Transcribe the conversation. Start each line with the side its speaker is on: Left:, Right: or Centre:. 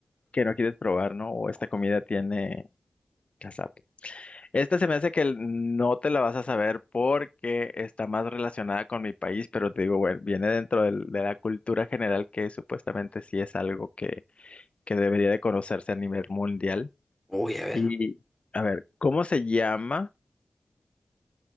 Left: que no quieres probar, ¿no? O esta
Centre: No.
Left: comida tiene cazapo. Esta se me hace que el- no te la vas a saber porque está más relacionada con mi país, pero te digo, bueno, viene dentro del- de la cultura general que supuestamente sí es algo que, que debería de conocerse a nivel mundial.
Centre: Uy, a ver.
Left: Y a ver, ¿cómo se llama